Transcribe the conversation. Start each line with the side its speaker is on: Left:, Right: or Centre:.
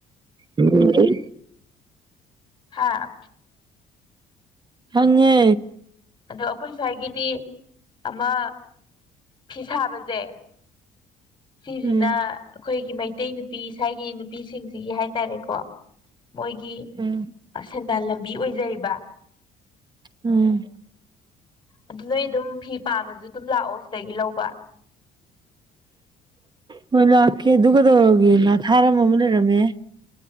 Right: ꯎꯝ
Left: ꯍꯥꯥ
Right: ꯍꯪꯉꯦ
Left: ꯑꯗꯣ ꯑꯩꯈꯣꯏ ꯁ꯭ꯋꯥꯏꯒꯤꯗꯤ ꯑꯃ ꯐꯤ ꯁꯥꯕꯁꯦ ꯁꯤꯁꯤꯅ
Right: ꯎꯝ
Left: ꯑꯩꯈꯣꯏꯒꯤ ꯃꯩꯇꯩ ꯅꯨꯄꯤ ꯏꯁꯥꯒꯤ ꯅꯨꯄꯤꯁꯤꯡꯁꯤꯒꯤ ꯍꯥꯏꯇꯥꯔꯦꯀꯣ ꯃꯣꯏꯒꯤ
Right: ꯎꯝ
Left: ꯁꯦꯟꯗꯥꯟ ꯂꯝꯕꯤ ꯑꯣꯏꯖꯔꯤꯕ
Right: ꯎꯝ
Left: ꯑꯗꯨ ꯅꯣꯏ ꯑꯗꯨꯝ ꯐꯤ ꯄꯥꯝꯝꯕꯁꯨ ꯑꯗꯨꯝ ꯂꯥꯛꯑꯣ ꯁꯤꯗꯒꯤ ꯂꯧꯕ
Right: ꯃꯣꯏ ꯂꯦ ꯗꯨꯀꯗ ꯑꯣꯏꯒꯅ ꯊꯔꯃ ꯃ ꯂꯩꯔꯃꯦ